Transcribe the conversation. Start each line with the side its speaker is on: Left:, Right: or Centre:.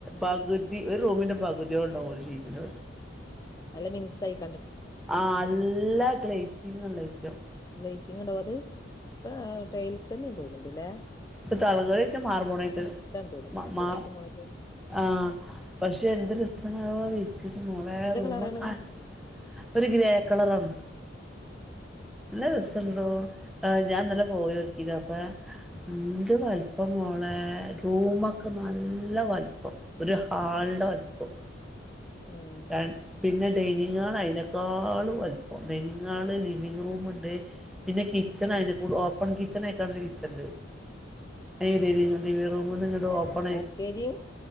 Centre: പകുതി ഒരു റൂമിന്റെ പകുതിയോ ഉണ്ടാവും ഒരു ഷീറ്റിന്റെ
Left: അല്ല മിസ്സായി
Centre: ആ നല്ല ഗ്ലാസ് സിങ്ങ ഐറ്റം
Left: ലൈസിങ്ങട അത് ആ ടൈൽസ് തന്നെയാ തോന്നുണ്ടല്ലേ
Centre: ഇ തലകറിയിട്ട് മാർ പോണേട്ട്
Left: തോന്നുന്നു മാർബോണൈറ്റ്
Centre: മാ
Left: മോഡല്
Centre: ആ പഷ് ചെന്ദ് രസമാ വെച്ചിച്ച് മോളെ
Left: എന്ത്
Centre: റൂമ്
Left: കളറാണ്
Centre: ആഹ് ഒരു ഗ്രേ കളറാണോ നല്ല രസണ്ടോ
Left: ഉം
Centre: ആ ഞാൻ ഇന്നലെ പോയിനോക്കിയത അപ്പ എന്ത് വലുപ്പം മോളെ റൂമൊക്കെ നല്ല വലുപ്പം ഒരു ഹാൾടെ വലുപ്പം
Left: ഉം
Centre: <unintelligible> പിന്നെ ഡൈലി അയിനേക്കാളും വലുപ്പാ ലിവിംഗ്ഹാള് ലിവിംഗ്‌റൂമുണ്ട് പിന്നെ കിച്ചണ് അയിൻ്റെകൂടെ ഓപ്പണ് കിച്ചണായിട്ടാണല്ലോ വിച്ചത് <unintelligible> റൂമ് നിങ്ങടെ
Left: അല്ലല്ല
Centre: ഓപ്പണായി
Left: വർക്കേരിയും